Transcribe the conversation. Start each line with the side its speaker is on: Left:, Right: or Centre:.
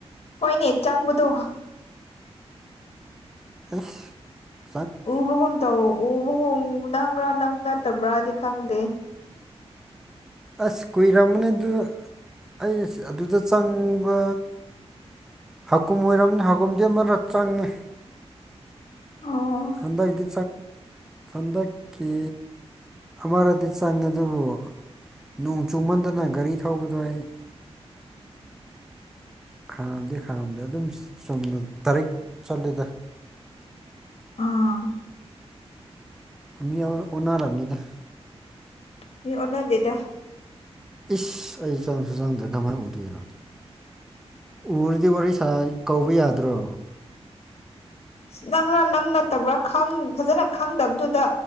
Left: ꯍꯣꯏꯅꯦ ꯆꯪꯕꯗꯣ
Centre: ꯑꯁ
Left: ꯎꯕꯒꯨꯝ ꯇꯧ ꯎꯕꯒꯨꯝ ꯅꯪꯒ꯭ꯔꯥ ꯅꯪ ꯅꯠꯇꯕ꯭ꯔꯥꯗꯤ ꯈꯪꯗꯦ
Centre: ꯑꯁ ꯀꯨꯏꯔꯝꯕꯅꯦ ꯑꯗꯨ ꯑꯩꯁ ꯑꯗꯨꯗ ꯆꯪꯕ ꯍꯥꯀꯨꯝ ꯑꯣꯏꯔꯝꯅꯤ ꯍꯥꯀꯨꯝꯗꯤ ꯑꯃ ꯆꯪꯉꯤ
Left: ꯑꯣ
Centre: ꯍꯟꯗꯛꯇꯤ ꯍꯟꯗꯛꯀꯤ ꯑꯃꯔꯗꯤ ꯆꯪꯉꯦ ꯑꯗꯨꯕꯨ ꯅꯣꯡ ꯆꯨꯃꯟꯗꯅ ꯒꯥꯔꯤ ꯊꯧꯕꯗꯣ ꯑꯩ ꯈꯥꯝꯗꯤ ꯈꯥꯝꯗ ꯑꯗꯨꯝ ꯆꯨꯝꯅ ꯇꯥꯔꯤꯛ ꯆꯠꯂꯤꯗ
Left: ꯑꯥ
Centre: ꯃꯤ ꯑꯣꯟꯅꯔꯕꯅꯤꯗ
Left: ꯃꯤ ꯑꯣꯟꯅꯗꯦꯗ
Centre: ꯏꯁ ꯑꯩ ꯆꯪꯁꯨ ꯆꯪꯗ꯭ꯔꯥ ꯀꯃꯥꯏꯅ ꯎꯗꯣꯏꯔꯣ ꯎꯔꯗꯤ ꯋꯥꯔꯤ ꯁꯥ ꯀꯧꯕ ꯌꯥꯗ꯭ꯔꯣ
Left: ꯑꯁ ꯅꯪꯔꯥ ꯅꯪ ꯅꯠꯇꯕ꯭ꯔꯥ ꯐꯖꯅ ꯈꯪꯗꯕꯗꯨꯗ